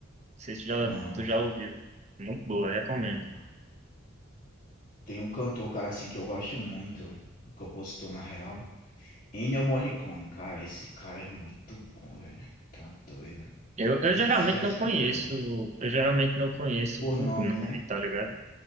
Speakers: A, on the right; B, on the left.
A: sei se já,
B: Não,
A: tu já ouviu. Muito boa, recomendo.
B: não, não. Tem um cantor, cara, assim, que eu gosto muito. um Compositor, na real. Ennio Morricone. Cara, esse cara é muito bom, velho. Tá doido.
A: Eu, eu
B: Não
A: geralmente
B: sei se já escutou.
A: não conheço, eu geralmente não conheço
B: Por
A: por
B: nome,
A: nome,
B: né?
A: tá ligado?